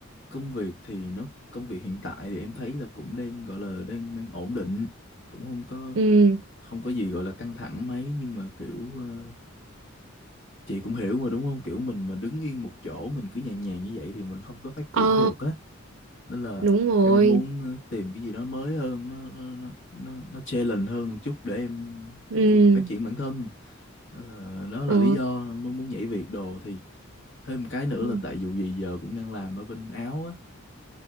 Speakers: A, on the left; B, on the right.
A: công việc thì nó công việc hiện tại thì em thấy là cũng đang gọi là đang đang ổn định, cũng không có
B: Ừ,
A: không có gì gọi là căng thẳng mấy nhưng mà kiểu ờ, chị cũng hiểu mà đúng không? Kiểu mình mà đứng yên một chỗ mình cứ nhàn nhàn như vậy thì mình không có phát triển
B: ờ
A: được á. nên là
B: đúng rồi.
A: em đang muốn ờ, tìm cái gì đó mới hơn nó nó nó nó, nó challenge hơn một chút để em
B: Ừ,
A: nói chung là phát triển bản thân đó là đó là
B: ờ
A: lý do mới muốn nhảy việc đồ thì thêm một cái nữa
B: ừ,
A: là tại dù gì giờ cũng đang làm ở bên Áo á